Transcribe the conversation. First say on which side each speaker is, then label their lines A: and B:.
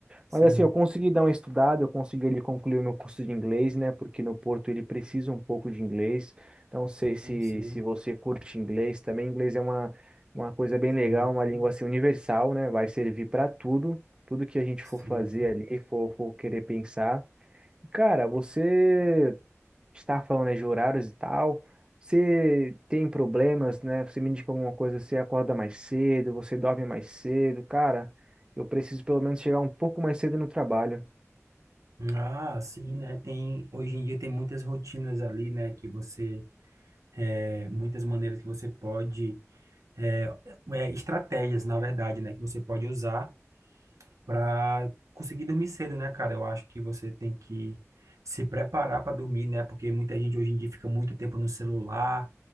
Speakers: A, on the right (about 85°); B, on the right (about 20°).
A: Sim,
B: Mas assim, eu consegui dar uma estudada, eu consegui ele concluir o meu curso de inglês, né? Porque no Porto ele precisa um pouco de inglês. Então, Não sei
A: sim,
B: se,
A: sim,
B: se você curte inglês também. Inglês é uma, uma coisa bem
A: sim,
B: legal, uma língua assim, universal, né? Vai servir para tudo, tudo que a gente
A: sim.
B: for fazer ali, for, for querer pensar. Cara, você está falando né, de horários e tal. Você tem problemas, né? Você me indica alguma coisa, você acorda mais cedo, você dorme mais cedo. Cara, eu preciso pelo menos chegar um pouco mais cedo no trabalho.
A: Ah, sim, né? Tem, hoje em dia tem muitas rotinas ali, né? Que você, é, muitas maneiras que você pode, é, é, estratégias, na verdade, né? Que você pode usar. para conseguir dormir cedo, né, cara? Eu acho que você tem que se preparar para dormir, né? Porque muita gente hoje em dia fica muito tempo no celular,